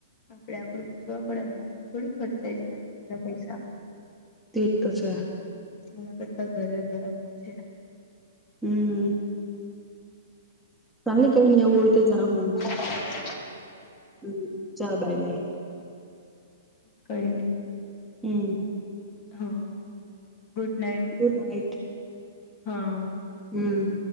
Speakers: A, on the left (about 40°); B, in the centre.
A: આપડે બી પડે ને એમાં થોડી ખર્ચાઈ જાય આટલુ બધું પૈસા
B: તે તો છે.
A: એના કરતા ઘરે બરાબર છે.
B: હમ... તમને ચાલે કઈ નહી ઓળ તો જા હું.
A: હા
B: હમ ચાલ બાય બાય
A: કોઈ ન <unintelligible>
B: હમ.....
A: હા. Good night
B: good night.
A: હા....
B: હમ....